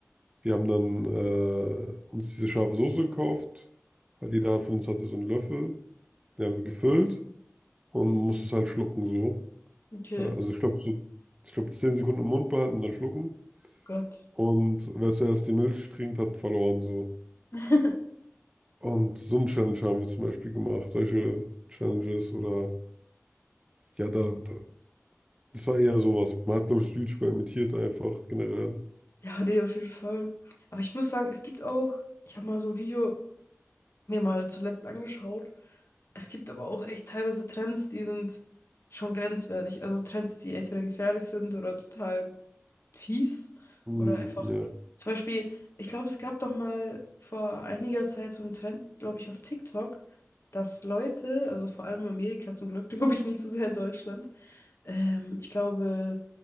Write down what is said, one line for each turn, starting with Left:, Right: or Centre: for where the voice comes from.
Right: Wir haben dann äh, uns diese scharfe Soße gekauft. Halt jeder von uns hatte so einen Löffel. Den haben wir gefüllt und musste es halt schlucken so.
Left: okay.
Right: Äh, also ich glaube so, ich glaube 10 Sekunden im Mund behalten und dann schlucken.
Left: Oh Gott.
Right: Und wer zuerst die Milch trinkt, hat verloren so.
Left: <laughs>
Right: Und so eine Challenge haben wir zum Beispiel gemacht. Solche Challenges oder ja, da, da das war eher sowas. Man hat, glaube ich, YouTuber imitiert einfach generell.
Left: Ja, nee, auf jeden Fall. Aber ich muss sagen, es gibt auch, ich habe mal so ein Video mir mal zuletzt angeschaut. Es gibt aber auch echt teilweise Trends, die sind schon grenzwertig. Also Trends, die entweder gefährlich sind oder total fies
Right: Hm,
Left: oder einfach.
Right: ja,
Left: Zum Beispiel, ich glaube, es gab doch mal vor einiger Zeit so einen Trend, glaube ich, auf TikTok, dass Leute, also vor allem in Amerika zum Glück, <laughs> glaube ich nicht so sehr in Deutschland, ähm, ich glaube,